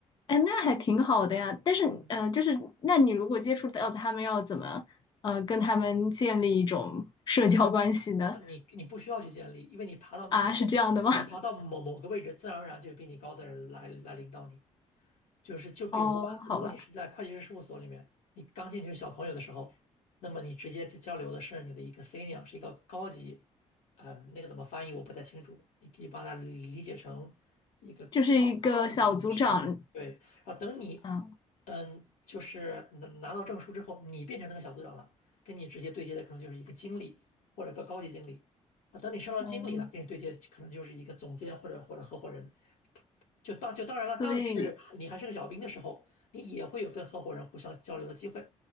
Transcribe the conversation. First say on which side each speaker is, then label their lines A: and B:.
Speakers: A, on the left (about 40°); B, on the left (about 85°).
A: 哎，那还挺好的呀。但是，
B: 嗯，
A: 呃，就是，那你如果接触到他们，要怎么，呃，跟他们建立一种社交关系呢？
B: 啊，你你不需要去建立，因为你爬到某
A: 啊，是这样的吗？<laughs>
B: 你爬到某某个位置，自然而然就有比你高的人来来领导你。就是就比如吧，
A: 哦，
B: 如果你是在会计师事务所里面，
A: 好吧，
B: 你刚进去小朋友的时候，那么你直接交流的是你的一个 senior，是一个高级，嗯，那个怎么翻译我不太清楚，你可以把它理解成一个高高级审计师，
A: 就是一个小组长，
B: 对。然后等你，
A: 嗯，
B: 嗯，就是拿拿到证书之后，你变成那个小组长了，跟你直接对接的可能就是一个经理或者个高级经理。啊，等你升到经理了，
A: 哦，
B: 跟你对接可能就是一个总监或者或者合伙人。就当就当然了，
A: 所以，
B: 当你是你还是个小兵的时候，你也会有跟合伙人互相交流的机会。